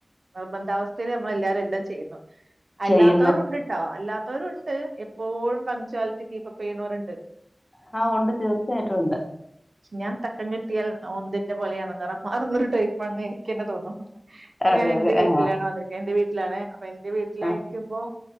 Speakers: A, on the right; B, on the left.
A: നിർബന്ധാവസ്ഥയിൽ നമ്മൾ എല്ലാവരും എല്ലാം ചെയ്യുന്ന അല്ലാത്തവരു
B: ചെയ്യുന്നു
A: ഉണ്ട്ട്ടോ, അല്ലാ തോരുണ്ട്. എപ്പോഴും പങ്ക്ച്വാലിറ്റി കീപ്പപ്പ് ചെയ്യ്നോരുണ്ട്
B: ങാ ഒണ്ട്, തീർച്ചയായിട്ടും ഒണ്ട്.
A: ഞാൻ തക്കം കിട്ടി ഓന്തിൻറ പോലെയാണ് നിറം മാറുന്നത് ഇപ്പന്ന് എനിക്കന്നെ തോന്നുന്നു. ഇപ്പ
B: അതെ
A: ഞാൻ എന്റെ
B: അതെ
A: വീട്ടിലാണ്
B: ആ
A: വന്നിരിക്ക എന്റെ വീ <unintelligible> അപ്പൊ എന്റെ വീട്ടിലായിരിക്കുമ്പോ,
B: ആ